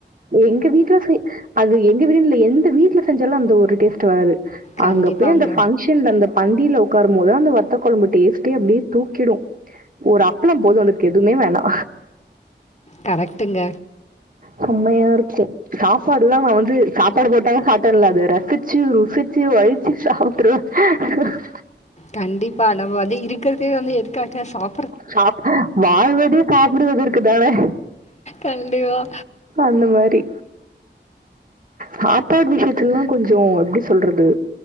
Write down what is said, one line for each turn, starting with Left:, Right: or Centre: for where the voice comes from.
Right: எங்க வீட்ல செய் அது எங்க வீடுனு இல்ல எந்த வீட்ல செஞ்சாலு அந்த ஒரு டேஸ்ட் வராது
Left: கண்டிப்பாங்க
Right: அங்க போய் அந்த ஃபங்க்ஷன்ல அந்த பந்தியில உக்காரும் போது அந்த வத்தக்க கொழம்பு டேஸ்ட்டே அப்டியே தூக்கிடு ஒரு அப்ளோ போது அதுக்கு எதுவுமே வேணா
Left: கரெக்டுங்க
Right: செமையா இருக்கு சாப்பாடு எல்லா நா வந்து சாப்பாடு போட்டா சாப்பிட்டல்லா அத ரசிச்சு ருசிச்சு வழிச்சு சாப்பிட்டுருவே <unintelligible>
Left: கண்டிப்பா நம்ம வந்து இருக்கிறதே வந்து எதுக்காக்க சாப்
Right: சாப் வாழ்வதே சாப்பிடுவதற்க்கு தானே
Left: கண்டிப்பாக
Right: அந்த மாரி சாப்பாடு விஷியத்துல்ல கொஞ்சோ எப்டி சொல்றது